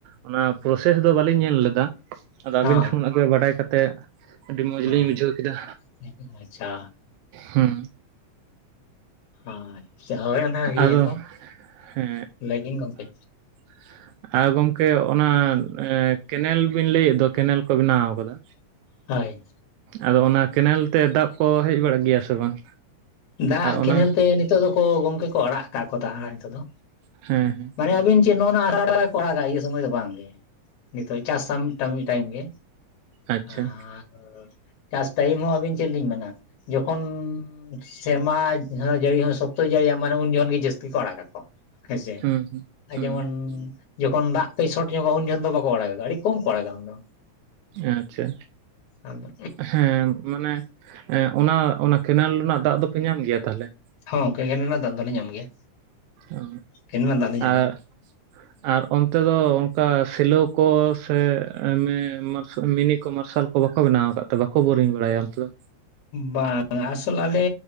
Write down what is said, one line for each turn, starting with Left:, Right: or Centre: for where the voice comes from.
Right: ᱚᱱᱟ ᱯᱨᱚᱥᱮᱥ ᱫᱚ ᱵᱟᱹᱞᱤᱧ ᱧᱮᱞ ᱞᱮᱫᱟ ᱟᱫᱚ ᱟᱵᱤᱱ
Left: ᱦᱚᱸ
Right: <unintelligible> ᱜᱮ ᱵᱟᱰᱟᱭ ᱠᱟᱛᱮᱫ ᱟᱹᱰᱤ ᱢᱚᱸᱡᱽ
Left: ᱦᱚᱸ
Right: ᱞᱤᱧ ᱵᱩᱡᱷᱟᱹᱣ ᱠᱮᱫᱟ᱾
Left: ᱦᱚᱸ ᱟᱪᱪᱷᱟ
Right: ᱦᱩᱸ,
Left: ᱟᱪᱪᱷᱟ ᱦᱳᱭ ᱚᱱᱟ ᱤᱭᱟᱹᱭᱟᱠᱚ᱾
Right: ᱟᱫᱚ ᱦᱮᱸ
Left: ᱞᱟᱹᱭᱠᱤᱱ ᱜᱚᱝᱠᱮ?
Right: <inaudible> ᱟᱨ ᱜᱚᱝᱠᱮ ᱚᱱᱟ ᱮ ᱠᱮᱱᱮᱞ ᱵᱤᱱ ᱞᱟᱹᱭᱮᱫ ᱫᱚ ᱠᱮᱱᱮᱞ ᱠᱚ ᱵᱮᱱᱟᱣ ᱠᱟᱫᱟ,
Left: ᱦᱳᱭ,
Right: ᱟᱫᱚ ᱚᱱᱟ ᱠᱮᱱᱮᱞ ᱛᱮ ᱫᱟᱜ ᱠᱚ ᱦᱮᱡ ᱵᱟᱲᱟᱜ ᱜᱮᱭᱟ ᱥᱮ ᱵᱟᱝ?
Left: ᱫᱟᱜ
Right: ᱟᱨ
Left: ᱠᱮᱱᱮᱞ
Right: ᱚᱱᱟ
Left: ᱛᱮ ᱱᱤᱛᱚᱜ ᱫᱚᱠᱚ ᱜᱚᱝᱠᱮ ᱠᱚ ᱟᱲᱟᱜ ᱠᱟᱜ ᱠᱚ ᱫᱟᱜ ᱦᱟᱸᱜ ᱱᱤᱛᱚᱜ ᱫᱚ᱾
Right: ᱦᱮᱸ, ᱦᱮᱸ,
Left: ᱢᱟᱱᱮ ᱟᱵᱤᱱ ᱪᱮᱫ ᱱᱚᱜᱼᱱᱟ <unintelligible> <unintelligible> ᱠᱟᱜᱼᱟ ᱤᱭᱟᱹ ᱥᱚᱢᱚᱭ ᱫᱚ ᱵᱟᱝᱜᱮ, ᱱᱤᱛᱚᱜ ᱪᱟᱥ ᱟᱢ ᱴᱟᱢᱤ ᱴᱟᱭᱤᱢ ᱜᱮ,
Right: ᱟᱪᱪᱷᱟ
Left: ᱟᱨ ᱪᱟᱥ ᱴᱟᱭᱤᱢ ᱦᱚᱸ ᱟᱹᱵᱤᱱ ᱪᱮᱫ ᱞᱤᱧ ᱢᱮᱱᱟ ᱡᱚᱠᱷᱚᱱ ᱥᱮᱨᱢᱟ ᱡᱟᱹᱲᱤ ᱦᱚᱸ ᱥᱚᱠᱛᱚᱭ ᱡᱟᱹᱲᱤᱭᱟ ᱢᱟᱱᱮ ᱩᱱ ᱡᱚᱠᱷᱚᱱ ᱜᱮ ᱡᱟᱹᱥᱛᱤ ᱠᱚ ᱟᱲᱟᱜ ᱟᱠᱚ᱾ ᱦᱮᱸᱥᱮ,
Right: ᱦᱩᱸ ᱦᱩᱸ
Left: ᱟᱨ
Right: ᱦᱩᱸ
Left: ᱡᱮᱢᱚᱱ ᱡᱚᱠᱷᱚᱱ ᱫᱟᱜ ᱠᱟᱹᱡ ᱥᱚᱴ ᱧᱚᱜᱼᱟ ᱩᱱ ᱡᱚᱚᱱ ᱫᱚ ᱵᱟᱠᱚ ᱟᱲᱟᱜᱟᱼᱟ ᱟᱹᱰᱤ ᱠᱚᱢ ᱠᱚ ᱟᱲᱟᱜᱼᱟ ᱩᱱ ᱫᱚ᱾
Right: ᱟᱪᱪᱷᱟ,
Left: ᱟᱫᱚ
Right: ᱦᱮᱸ ᱢᱟᱱᱮ, ᱮᱸ ᱚᱱᱟ, ᱚᱱᱟ ᱠᱮᱱᱮᱞ ᱨᱮᱱᱟᱜ ᱫᱟᱜ ᱫᱚᱯᱮ ᱧᱟᱢ ᱜᱮᱭᱟ ᱛᱟᱦᱚᱞᱮ?
Left: ᱦᱚᱸ ᱜᱚᱝᱠᱮ ᱠᱮᱱᱮᱞ ᱨᱮᱱᱟᱜ ᱫᱟᱜ ᱫᱚᱞᱮ ᱧᱟᱢ ᱜᱮᱭᱟ᱾
Right: ᱚ,
Left: ᱠᱮᱱᱮᱞ ᱨᱮᱱᱟᱜ ᱫᱟᱜ ᱞᱮ ᱧᱟᱢᱟ
Right: ᱟᱨ, ᱟᱨ ᱚᱱᱛᱮ ᱫᱚ ᱚᱱᱠᱟ ᱥᱮᱞᱟᱹᱣ ᱠᱚ ᱥᱮ ᱢᱤ ᱢᱤᱱᱤ ᱠᱚ ᱢᱟᱨᱥᱟᱞ ᱠᱚ ᱵᱟᱠᱚ ᱵᱮᱱᱟᱣ ᱟᱠᱟᱫ ᱛᱮ ᱵᱟᱠᱚ ᱵᱳᱨᱤᱧ ᱵᱟᱲᱟᱭᱟ ᱚᱱᱛᱮ ᱫᱚ?
Left: ᱵᱟᱝ ᱟᱥᱚᱞ ᱟᱞᱮ